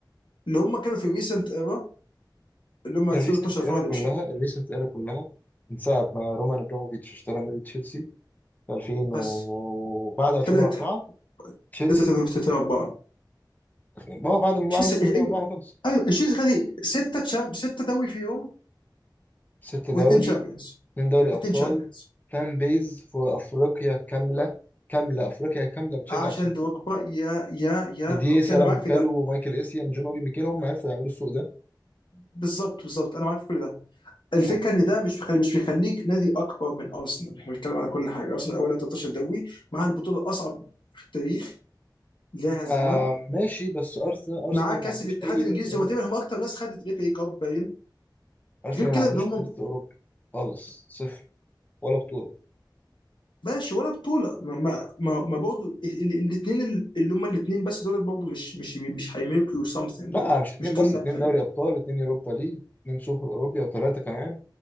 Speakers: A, on the left; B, on the left.
A: اللي هم كانوا في ريسنت ايرا اللي هم 2012
B: الريسنت
A: 2021
B: ايرا كلها الريسنت ايرا كلها من ساعه ما رومان ابراموفيتش اشترى نادي تشيلسي في 2000
A: بس
B: وبعد 2004
A: ثلاثه
B: تشيلسي
A: ثلاثه ثلاثه اربعه
B: اه بعد ما بعد موسم
A: تشيلسي
B: 2004
A: ايوه
B: ما خلص
A: ايوه، تشيلسي خدي سته تشام... سته دوري فيهم
B: ست
A: واثنين
B: دوري
A: تشامبيونز
B: اتنين دوري
A: واثنين
B: ابطال
A: تشامبيونز
B: فان بيز في افريقيا كامله كامله افريقيا كامله بتشجع
A: عشان
B: تشيلسي
A: دوكبا يا يا يا
B: ديديه
A: اوكي
B: سالامونكالو
A: انا معاك في ده
B: ومايكل اسيان جون اوبي ميكيل هم عرفوا يعملوا السوق ده
A: بالظبط بالظبط انا معاك في كل ده الفكره
B: ف...
A: ان ده مش بيخلي مش بيخليك نادي اكبر من ارسنال احنا بنتكلم على كل حاجه ارسنال اولا 13 دوري مع البطوله الاصعب في التاريخ لا هزيمه
B: آه ماشي بس ارسنال ارسنال
A: مع كاس
B: ما عندوش
A: الاتحاد
B: اي
A: الانجليزي
B: ارث اوروبي
A: هو تقريبا هم اكتر ناس خدت الاف اي كاب باين
B: ارسنال
A: غير كده
B: ما عندوش
A: ان هم
B: ارث اوروبي خالص صفر ولا بطوله
A: ماشي ولا بطوله ما ما ما, ما برضه الاثنين اللي هم الاثنين بس دول برضه مش مش مش هيميلكوا سمثينج
B: لا
A: برضه
B: مش اتنين
A: مش دول
B: بس
A: اللي
B: اتنين
A: هتخليك
B: دوري ابطال اتنين يوروبا ليج اتنين سوبر اوروبا وثلاثه كمان